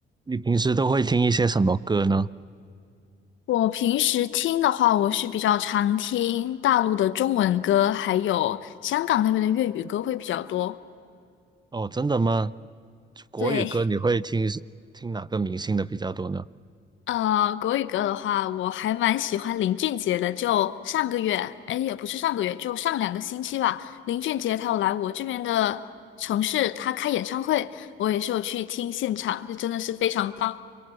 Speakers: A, on the right; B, on the left.
A: 你平时都会听一些什么歌呢？
B: 我平时听的话，我是比较常听大陆的中文歌，还有香港那边的粤语歌会比较多。
A: 哦，真的吗？国语歌你会听听哪个明星的比较多呢？
B: 对，呃，国语歌的话，我还蛮喜欢林俊杰的。就上个月，哎，也不是上个月，就上两个星期吧，林俊杰他有来我这边的城市，他开演唱会，我也是有去听现场，就真的是非常棒。